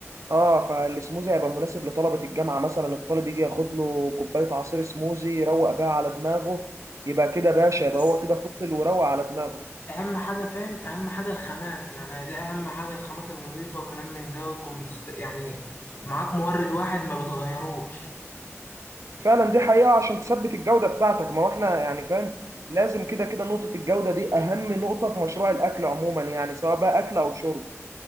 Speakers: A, on the right (about 80°); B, on the left (about 45°).
A: اه فالسموزي هيبقى مناسب لطلبه الجامعه مثلا الطالب يجي ياخد له كوبايه عصير سموزي يروق بيها على دماغه يبقى كده باشا يبقى
B: بس
A: هو كده فصل وروق على دماغه
B: اهم حاجه فاهم اهم حاجه الخامات يعني ده اهم حاجه الخامات النظيفه وكلام من ده ويكون بتست... يعني معاك مورد واحد ما بتغيروش
A: فعلا دي حقيقة عشان تثبت الجودة بتاعتك ما هو احنا يعني فاهم لازم كده كده نقطة الجودة دي أهم نقطة في مشروع الأكل عموما يعني سواء بقى أكل أو شرب